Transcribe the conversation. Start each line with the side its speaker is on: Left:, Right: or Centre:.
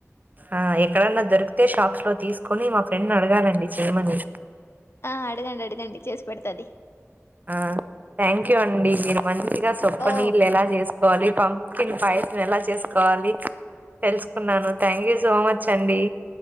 Right: ఆ ఎక్కడన్నా దొరికితే షాప్స్ లో తీసుకొని మా ఫ్రెండ్ ని అడిగాలండి చేయమని
Left: ఆ అడగండి అడగండి చేసి పెడుతది
Right: ఆ థ్యాంక్ యూ అండి మీరు మంచిగా సొప్ప
Left: ఓ
Right: నీళ్ళు ఎలా జేసు కోవాలి పంప్కిన్ పాయసం ఎలా చేసుకోవాలి తెలుసుకున్నాను థ్యాంక్ యూ సో మచ్ అండి